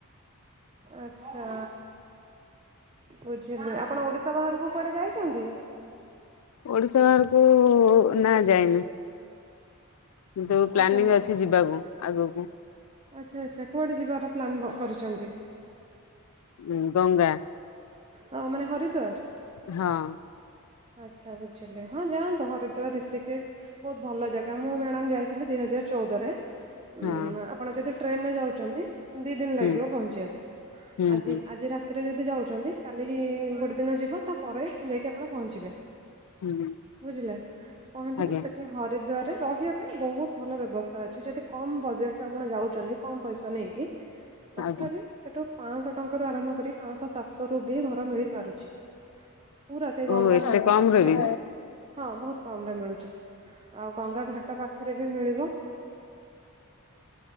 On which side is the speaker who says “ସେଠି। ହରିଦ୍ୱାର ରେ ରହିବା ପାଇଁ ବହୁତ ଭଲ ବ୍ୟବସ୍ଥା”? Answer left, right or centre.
Right